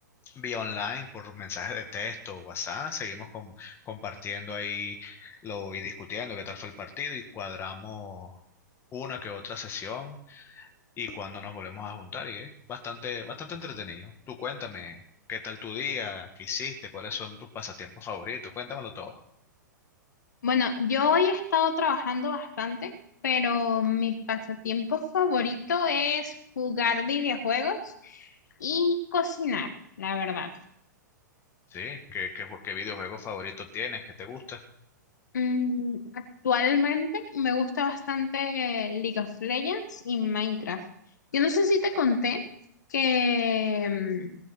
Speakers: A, on the left; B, on the left.
A: vía online, por mensajes de texto, WhatsApp, seguimos com- compartiendo ahí lo, y discutiendo qué tal fue el partido y cuadramos una que otra sesión y cuando nos volvemos a juntar y es bastante, bastante entretenido. Tú cuéntame, ¿qué tal tu día? ¿Qué hiciste? ¿Cuáles son tus pasatiempos favoritos? Cuéntamelo todo.
B: Bueno, yo hoy he estado trabajando bastante, pero mi pasatiempo favorito es jugar videojuegos y cocinar, la verdad.
A: Sí, ¿qué, qué, jue- qué videojuego favorito tienes? ¿Qué te gusta?
B: Mm, actualmente me gusta bastante eh, League of Legends y Minecraft. Yo no sé si te conté que mm,